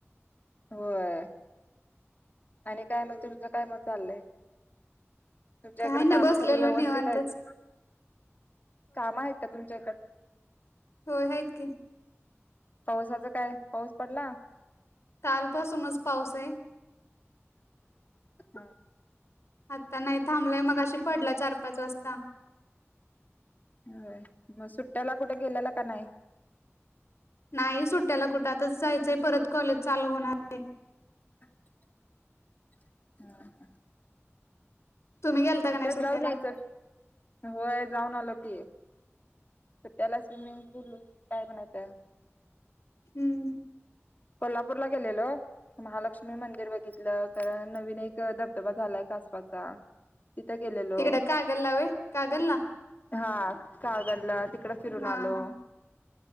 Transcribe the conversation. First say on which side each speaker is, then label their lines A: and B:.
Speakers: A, on the left; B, on the left.
A: होय आणि काय मग तुमचं काय मग चाललंय. तुमच्या
B: काय
A: इकड
B: नाही
A: काम
B: बसलेलो
A: सगळी व्यवस्थित
B: निवांतच
A: आहेत. काम आहेत का तुमच्या कड
B: हो आहेत की,
A: पाऊसाच काय पाऊस पडला.
B: कालपासूनच पाऊस आहे
A: हा
B: आता नाही थांबलाय मग अशी पडला चार पाच वाजता
A: हो मग सुट्ट्याला कुठे गेलेला का नाही
B: नाही सुट्ट्याला कुठातच जायचंय परत कॉलेज चालू होणार आहे
A: हम
B: तुम्ही गेलता
A: सुट्ट्यात
B: का नाही सुट्ट्याला
A: जाऊ नाहीच होय जाऊन आलो की त्याला स्विमिंग पूल काय म्हणायचं
B: हम्म
A: कोल्हापूर ला गेलेलो महालक्ष्मी मंदिर बघितलं कारण नवीन एक धबधबा झालाय कासवाचा तिथे गेलेलो
B: तिकडं कागलला व्हय कागलला
A: हा कागलला तिकड फिरून
B: हा
A: आलो
B: हा